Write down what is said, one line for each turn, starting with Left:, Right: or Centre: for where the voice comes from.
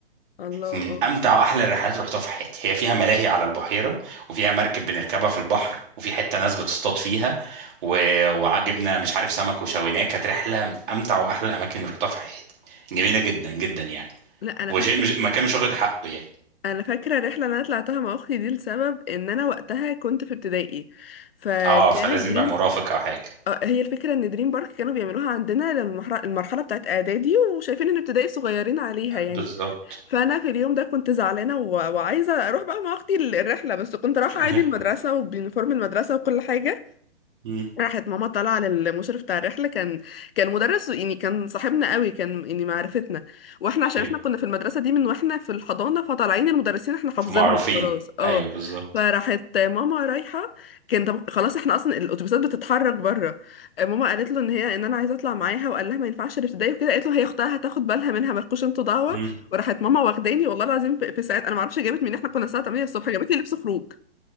Left: الله
Right: من
Left: اه
Right: امتع واحلى الرحلات اللي رحتها في حياتي هي فيها ملاهي على البحيره وفيها مركب بنركبها في البحر وفي حته ناس بتصطاد فيها و... وعجبنا مش عارف سمك وشويناه كانت رحله من امتع واحلى الاماكن اللي رحتها في حياتي جميله جدا جدا يعني
Left: لا انا
Right: وشيء
Left: فاكره
Right: مش مكان مش واخد حقه يعني
Left: انا فاكره الرحله اللي انا طلعتها مع اختي دي لسبب ان انا وقتها كنت في ابتدائي فكانت
Right: اه فلازم
Left: دريم
Right: يبقى مرافق او حاجه
Left: آه، هي الفكره ان دريم بارك كانوا بيعملوها عندنا لما المحر- المرحله بتاعت اعدادي وشايفين ان ابتدائي صغيرين عليها يعني
Right: بالظبط
Left: فانا في اليوم ده كنت زعلانه و... وعايزه اروح بقى مع اختي ال- الرحله بس كنت رايحه
Right: <laughs>
Left: عادي المدرسه وبيونيفورم المدرسه وكل حاجه
Right: مم.
Left: راحت ماما طالعه للمشرف بتاع الرحله كان كان مدرس يعني كان صاحبنا قوي كان يعني معرفتنا واحنا عشان
Right: ايوه
Left: احنا كنا في المدرسه دي من واحنا في الحضانه فطالعين المدرسين احنا حافظينهم
Right: فمعروفين
Left: خلاص اه
Right: ايوه بالظبط
Left: فراحت ماما رايحه كان ده- خلاص احنا اصلا الاتوبيسات بتتحرك بره ماما قالت له ان هي ان انا عايزه اطلع معاها وقال لها ما ينفعش الابتدائي وكده قالت له هي اختها هتاخد بالها منها مالكوش انتوا دعوه
Right: مم.
Left: وراحت ماما واخداني والله العظيم في في ساعات انا ما اعرفش جابت منين احنا كنا الساعه 8 الصبح جابت لي لبس خروج